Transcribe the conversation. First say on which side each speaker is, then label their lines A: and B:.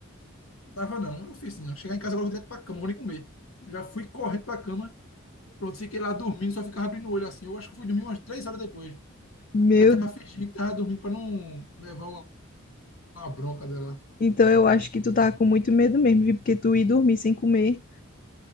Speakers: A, on the left; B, on the left.
A: Tava não, eu fiz assim, não. Chegar em casa agora eu vou direto pra cama, não vou nem comer. Já fui correndo pra cama, pronto, fiquei lá dormindo, só ficava abrindo o olho assim. Eu acho que fui dormir umas três horas depois.
B: Meu
A: Mas tava fingindo que tava dormindo pra não levar uma, uma bronca dela.
B: Então eu acho que tu tava com muito medo mesmo, viu? Porque tu ia dormir sem comer.